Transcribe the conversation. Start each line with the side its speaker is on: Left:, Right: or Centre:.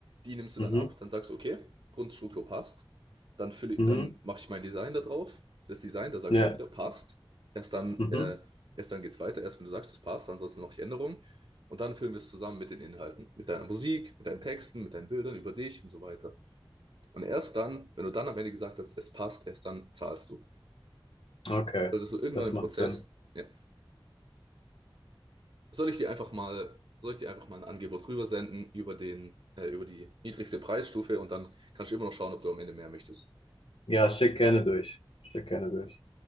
Right: die nimmst du
Left: mhm,
Right: dann ab, dann sagst du, okay, Grundstruktur passt, dann, fülle,
Left: mhm,
Right: dann mache ich mein Design da drauf, das Design, da sagst
Left: ja,
Right: du auch wieder, passt, erst dann,
Left: mhm,
Right: äh, erst dann geht es weiter, erst wenn du sagst, es passt, ansonsten mache ich Änderungen und dann füllen wir es zusammen mit den Inhalten, mit deiner Musik, mit deinen Texten, mit deinen Bildern über dich und so weiter. Und erst dann, wenn du dann am Ende gesagt hast, es passt, erst dann zahlst du.
Left: okay,
Right: Solltest du irgendwann
Left: das
Right: im
Left: macht
Right: Prozess,
Left: Sinn.
Right: ja, soll ich dir einfach mal, soll ich dir einfach mal ein Angebot rübersenden über den, äh, über die niedrigste Preisstufe und dann kannst du immer noch schauen, ob du am Ende mehr möchtest.
Left: Ja, schick gerne durch, schick gerne durch.